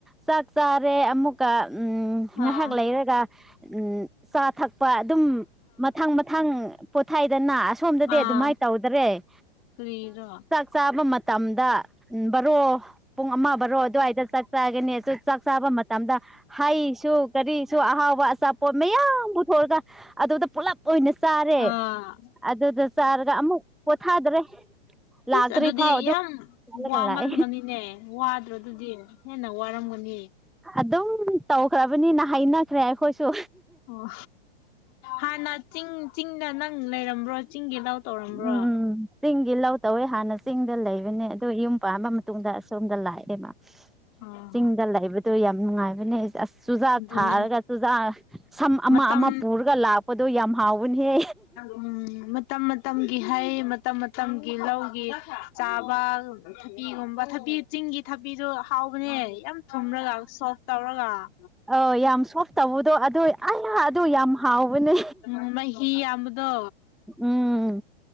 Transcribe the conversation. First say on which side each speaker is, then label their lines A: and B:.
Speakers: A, in the centre; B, on the left.
A: ꯆꯥꯛ ꯆꯥꯔꯦ ꯑꯃꯨꯛ ꯎ
B: ꯑꯥ
A: ꯉꯥꯏꯍꯥꯛ ꯂꯩꯔꯒ ꯎ ꯆꯥ ꯊꯛꯄ ꯑꯗꯨꯝ ꯃꯊꯪ ꯊꯪ ꯄꯣꯊꯥꯏꯗꯅ ꯑꯁꯣꯝꯗꯗꯤ
B: ꯑꯥ
A: ꯑꯗꯨꯃꯥꯏꯅ ꯇꯧꯗꯔꯦ
B: ꯀꯔꯤꯔꯣ
A: ꯆꯥꯛ ꯆꯥꯕ ꯃꯇꯝꯗ ꯕꯔꯣ ꯄꯨꯡ ꯑꯃ ꯕꯥꯔꯣ ꯑꯗꯨꯋꯥꯏꯗ ꯆꯥꯛ ꯆꯥꯒꯅꯤ ꯆꯥꯛ ꯆꯥꯕ ꯃꯇꯝꯗ ꯍꯩꯁꯨ ꯀꯔꯤꯁꯨ ꯑꯍꯥꯎꯕ ꯑꯆꯥꯄꯣꯠ ꯃꯌꯥꯝ ꯄꯨꯊꯣꯛꯔꯒ ꯑꯗꯨꯗ ꯄꯨꯜꯂꯞ ꯑꯣꯏꯅ ꯆꯥꯔꯦ
B: ꯑꯥ
A: ꯑꯗꯨꯗ ꯆꯥꯔꯒ ꯑꯃꯨꯛ ꯄꯣꯊꯥꯗꯔꯦ ꯂꯥꯛ
B: ꯏꯁ
A: ꯇꯔꯤꯐꯥꯎ
B: ꯑꯗꯨꯗꯤ
A: ꯑꯗꯨꯒꯂꯑ
B: ꯌꯥꯝ ꯋꯥꯃꯟꯒꯅꯤꯅꯦ ꯋꯥꯗ꯭ꯔꯣ ꯑꯗꯨꯗꯤ ꯍꯦꯟꯅ ꯋꯥꯔꯝꯒꯅꯤ
A: ꯑꯗꯨꯝ ꯇꯧꯈ꯭ꯔꯕꯅꯤꯅ ꯍꯩꯅꯈ꯭ꯔꯦ ꯑꯩꯈꯣꯏꯁꯨ
B: ꯑꯣ ꯍꯥꯟꯅ ꯆꯤꯡ ꯆꯤꯡꯗ ꯅꯪ ꯂꯩꯔꯝꯕ꯭ꯔꯣ ꯆꯤꯡꯒꯤ ꯂꯧ ꯇꯧꯔꯝꯕ꯭ꯔꯥ
A: ꯎꯝ ꯆꯤꯡꯒꯤ ꯂꯧ ꯇꯧꯋꯦ ꯍꯥꯟꯅ ꯆꯤꯡꯗ ꯂꯩꯕꯅꯦ ꯑꯣ ꯌꯨꯝ ꯄꯥꯝꯕ ꯃꯇꯨꯡꯗ ꯑꯁꯣꯝꯗ ꯂꯥꯛꯑꯦꯃ
B: ꯑꯣ
A: ꯆꯤꯡꯗ ꯂꯩꯕꯗꯣ ꯌꯥꯝ ꯅꯨꯡꯉꯥꯏꯕꯅꯦ ꯑꯁ ꯆꯨꯖꯥꯛ
B: ꯑꯗꯨꯅꯦ
A: ꯊꯥꯔꯒ ꯆꯨꯖꯥꯛ ꯁꯝ ꯑꯃ
B: ꯃꯇꯝ
A: ꯑꯃ ꯄꯨꯔꯒ ꯂꯥꯛꯄꯗꯣ ꯌꯥꯝ ꯍꯥꯎꯕꯅꯦꯍꯦ
B: ꯎꯝ ꯃꯇꯝ ꯃꯇꯝꯒꯤ ꯍꯩ ꯃꯇꯝ ꯃꯇꯝꯒꯤ ꯂꯧꯒꯤ ꯆꯥꯕ ꯊꯕꯤꯒꯨꯝꯕ ꯊꯕꯤ ꯆꯤꯡꯒꯤ ꯊꯕꯤꯁꯨ ꯍꯥꯎꯕꯅꯦ ꯌꯥꯝ ꯊꯨꯝꯔꯒ ꯁꯣꯐ ꯇꯧꯔꯒ
A: ꯑ ꯌꯥꯝ ꯁꯣꯐ ꯇꯧꯕꯗꯣ ꯑꯗꯨ ꯑꯥ ꯑꯗꯨ ꯌꯥꯝ ꯍꯥꯎꯕꯅꯦ
B: ꯎꯝ ꯃꯍꯤ ꯌꯥꯝꯕꯗꯣ
A: ꯎꯝ